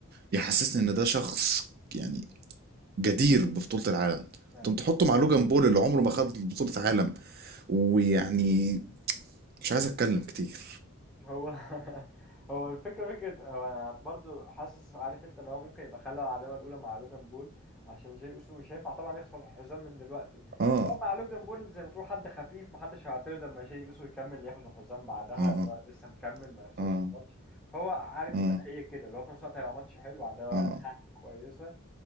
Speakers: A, on the right; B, in the centre.
A: يحسسني ان ده شخص يعني جدير ببطولة العالم
B: أيوة.
A: انتم تحطه مع لوجان بول اللي عمره ما خد بطولة عالم ويعني مش عايز اتكلم كتير
B: هو <laughs> هو الفكرة فكرة هو أنا برضو حاسس عارف أنت اللي هو ممكن يبقى خلى العداوة الأولى مع لوجان بول عشان جاي أوسو مش هينفع طبعا يخسر الحزام من دلوقتي
A: اه
B: هو مع لوجان بول زي ما تقول حد خفيف محدش هيعترض لما جاي أوسو يكمل ياخد الحزام بعدها
A: اه
B: اللي هو لسه مكمل ما يخسرش
A: اه
B: الماتش فهو عارف أنت
A: اه اه
B: هي كده اللي هو في نفس الوقت هيبقى ماتش حلو عداوة
A: اه
B: ها كويسة